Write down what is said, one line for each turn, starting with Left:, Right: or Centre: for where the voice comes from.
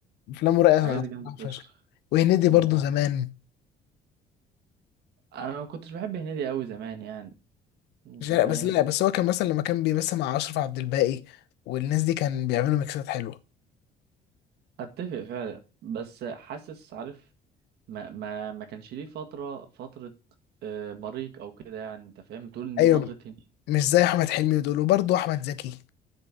Left: أفلامه رايقة
Right: حاجات جامدة
Left: صراحة فشخ
Right: فشخ
Left: وهنيدي
Right: مم.
Left: برضه زمان
Right: انا ما كنتش بحب هنيدي قوي زمان يعني انت
Left: مش عارف-
Right: فاهم
Left: بس لا بس هو كان مثلا لما كان بيمثل مع أشرف عبد الباقي والناس دي كان بيعملوا ميكسات حلوة
Right: اتفق فعلا بس حاسس عارف ما ما ما كانش ليه فترة فترة آه، بريق او كده يعني انت فاهم تقول ان دي
Left: أيوة
Right: فترة هندي
Left: مش زي أحمد حلمي ودول وبرضه أحمد زكي